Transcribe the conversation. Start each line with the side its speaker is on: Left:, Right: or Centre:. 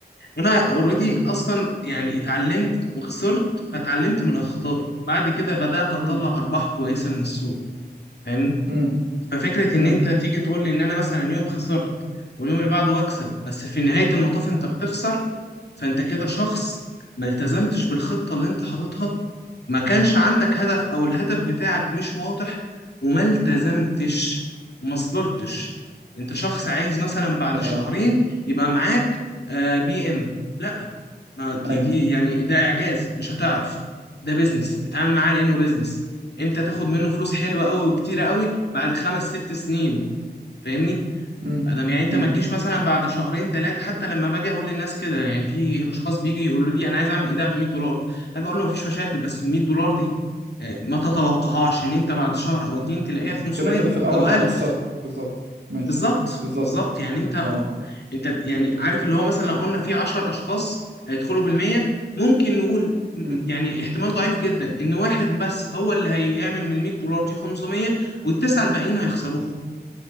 Left: أنا أوريدي
Right: امم
Left: أصلا يعني اتعلمت وخسرت فاتعلمت من أخطائي بعد كده بدأت أطلع
Right: امم
Left: أرباح كويسة من السوق فاهمني
Right: امم
Left: ففكرة إن
Right: امم
Left: أنت تيجي تقول لي إن أنا مثلا يوم خسرت واليوم اللي بعده أكسب بس في نهاية المطاف أنت بتخسر فأنت كده شخص ما التزمتش بالخطة اللي أنت حاططها ما كانش عندك هدف او الهدف بتاعك مش واضح وما التزمتش وما صبرتش انت شخص عايز مثلا بعد شهرين
Right: آه،
Left: يبقى معاك آه بي ام لا ما دي,
Right: ايوه
Left: دي يعني ده اعجاز مش هتعرف ده بيزنس اتعامل معاه لانه بيزنس امتى تاخد منه فلوس حلوه قوي وكتيره قوي بعد خمس ست سنين فاهمني
Right: امم
Left: انا يعني انت
Right: امم.
Left: ما تجيش مثلا بعد شهرين ثلاثه حتى لما باجي اقول للناس كده يعني في اشخاص بيجي يقولوا لي انا عايز اعمل ايداع ب 100 دولار هاجي اقول له مفيش مشاكل بس ال 100 دولار دي آه، ما تتوقعهاش ان انت بعد شهر او اتنين تلاقيها 500
Right: كده كده في الأول
Left: او 1000
Right: هيخسروا بالظبط ماشي
Left: بالظبط
Right: بالظبط
Left: بالظبط يعني انت
Right: اه
Left: انت يعني عارف اللي هو مثلا لو قلنا في 10 اشخاص هيدخلوا بال 100 ممكن نقول م-
Right: مم.
Left: يعني احتمال ضعيف جدا ان واحد بس هو اللي هيعمل من 100 دولار دي 500 والتسعه الباقيين هيخسروها